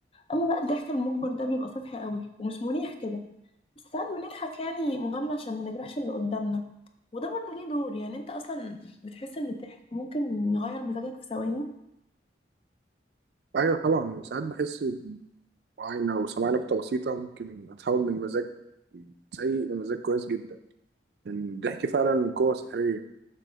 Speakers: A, on the left; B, on the right.
A: اما بقى الضحك المجبر ده بيبقى سطحي قوي ومش مريح كده بس ساعات بنضحك يعني مجاملة عشان ما نجرحش اللي قدامنا وده برضه ليه دور يعني انت اصلا بتحس ان الضحك ممكن يغير مزاجك في ثواني
B: ايوه طبعا ساعات بحس بعاينه او سمعت نكته بسيطه ممكن اتحول من مزاج سيء لمزاج كويس جدا لان الضحك فعلا قوه سحريه